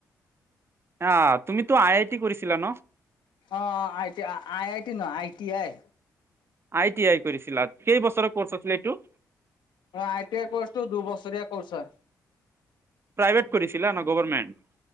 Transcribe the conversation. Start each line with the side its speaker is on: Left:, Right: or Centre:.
Right: আহ তুমিতো আই আই টি কৰিছিলা ন?
Left: অ I T I I T ন I T I.
Right: I T I কৰিছিলা। কেই বছৰৰ ক'ৰ্চ আছিলে এইটো?
Left: ধৰা আই টি কৌছটো দুই বছৰীয়া কৌৰ্ছ হয়।
Right: প্ৰাইভেট কৰিছিলা না গভৰ্ণমেণ্ট।